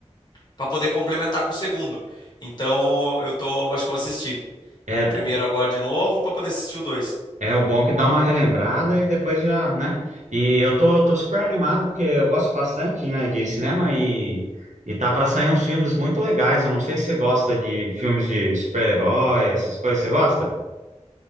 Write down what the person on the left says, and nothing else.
Pra poder complementar com o segundo. Então, eu tô, acho que eu vou assistir
o primeiro agora de novo pra poder assistir o dois.